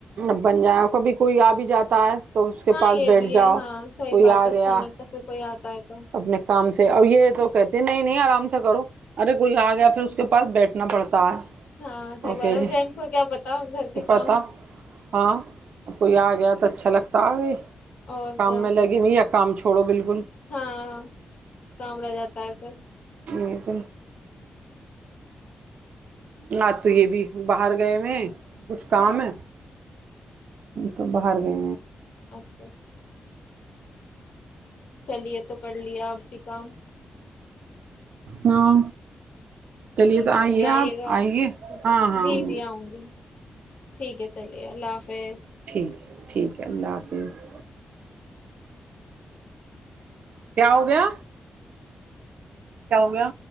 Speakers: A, on the right; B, on the left.
A: اب بن جائےیں اور کبھی کوئی آ بھی جاتا ہے تو اس کے
B: ہاں
A: پاس
B: یہ
A: بیٹھ
B: بھی
A: جاؤ
B: ہے ہاں صحیح
A: کوئی
B: بات
A: آ
B: ہے اچھا
A: گیا
B: نہیں لگتا پھر کوئی آتا ہے تو
A: اپنے کام سے ا یہ تو کہتے نہیں نہیں آرام سے کرو ارے کوئی آ گیا پھر اس کے پاس بیٹھنا پڑتا ہے
B: ہاں صحیح
A: اوکے
B: بات ہے
A: جی
B: جینٹس کو کیا پتا گھر کے
A: تو پتا
B: کام
A: ہ کوئی آ گیا تو اچھا لگتا آ گئی
B: اور
A: کام
B: کیا
A: میں لے گ م آ کام چوڑو بالک
B: ہاں جڑا جاتا ہے پھر
A: یک ہاں تو یہ بھی باہر گئے میں کچھ کام
B: اچ-
A: ہے تو باہر ہ
B: اچھا اچھا چلیے تو کر لیا اپ بھی کام
A: ناں چلیے
B: ٹھیک
A: تو
B: ہے
A: آئیے آپ
B: گا آپ
A: آئیے ہاں ہاں
B: جی
A: ہے
B: جی آؤں گی ٹھیک ہے چلیے اللہ حافظ
A: ٹھیک ٹھیک ہے اللہ حافظ کیا ہو گیا کیا ہو گیا